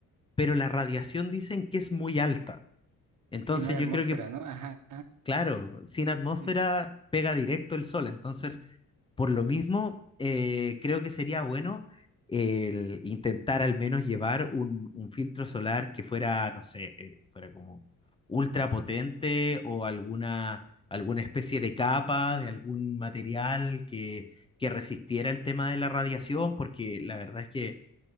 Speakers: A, on the left; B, on the right.
A: pero la radiación dicen que es muy alta. Entonces
B: Si no hay
A: yo
B: atmósfera,
A: creo que
B: ¿no? Ajá,
A: Claro, sin atmósfera
B: sí.
A: pega directo el sol, entonces por lo mismo eh, creo que sería bueno eh, el intentar al menos llevar un, un filtro solar que fuera, no sé, eh, fuera como ultra potente o alguna, alguna especie de capa de algún material que, que resistiera el tema de la radiación, porque la verdad es que